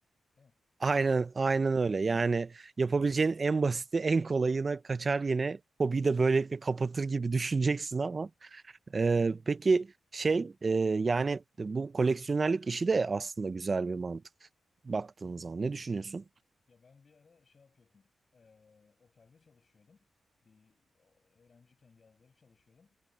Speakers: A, on the left; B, on the right.
A: Değil mi?
B: aynen aynen
A: <laughs>
B: öyle. Yani yapabileceğin en basiti, en kolayına kaçar yine hobiyi de böylelikle kapatır gibi düşüneceksin ama Ee, peki şey e, yani bu koleksiyonerlik işi de aslında güzel bir mantık baktığın zaman. Ne düşünüyorsun?
A: Ya ben bir ara şey yapıyordum. eee, otelde çalışıyordum. Bir öğrenciyken yazları çalışıyordum.